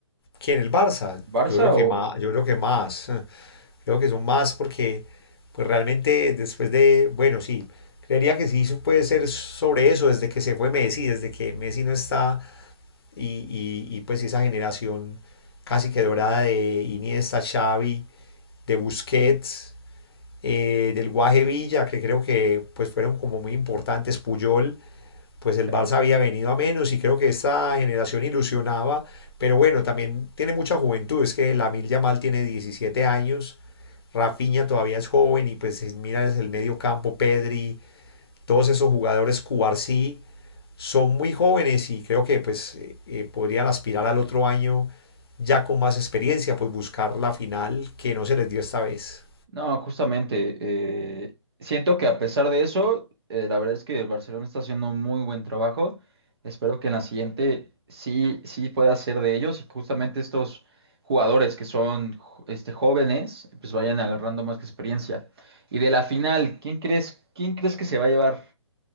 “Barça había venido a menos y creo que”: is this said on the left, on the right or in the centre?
Left